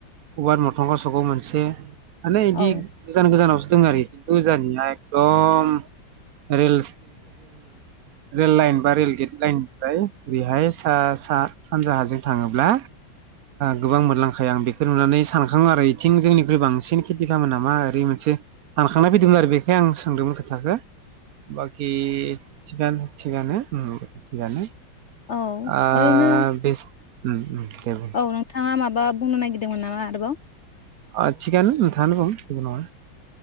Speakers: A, on the right; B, on the left.
A: गुवार मोखांगाव सखौ मोनसे गोजान
B: औ
A: गोजानाव आरोखि खिन्थुजानिया एकदम रेल रेल लाइन बा रेल गेट लाइन निफ्राय बेहाय स सानजाहाजों थाङोब्ला गोबां मोनलांखायो आं बेखौ नुनानै सानखाङो आरो बेथिं जोंनिख्रुइ बांसिन खेथि खालमोनामा ओरै मोनसे सानखांनाय फैदोंमोन आरो बेखो आं सोंदोंमोन खोथाखौ बाखि थिगानो थिगानो उम थिगानो
B: औ
A: ओ
B: ओरैनो
A: बे उम उम दे बुं
B: औ नोंथाङा माब बा बुंनो नागिरदोंमोन नामा आरोबाव
A: ओ थिगानो नोंथाङानो बुं जेबो नङा